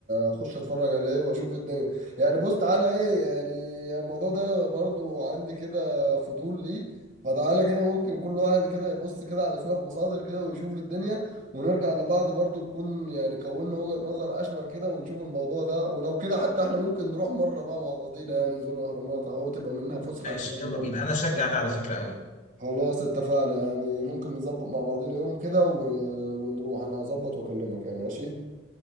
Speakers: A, on the right (about 45°); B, on the left (about 40°).
A: اخش اتفرج عليه واشوف الدنيا يعني بص تعالى ايه يعني الموضوع ده برضو عندي كده فضول ليه فتعالى كده ممكن كل واحد كده يبص كده على شوية مصادر كده ويشوف الدنيا ونرجع لبعض برضو تكون يعني كوننا وجهة نظر اشمل كده ونشوف الموضوع ده ولو كده حتى احنا ممكن نروح مرة بقى مع بعضينا يعني نزور الاهرامات اهو تبقى منها فسحة
B: ماشي
A: كده بالمرة
B: يلا بينا انا اشجع ده على فكره قوي
A: خلاص اتفقنا يعني ممكن نظبط مع بعضينا يوم كده و... ونروح انا هظبط واكلمك يعني ماشي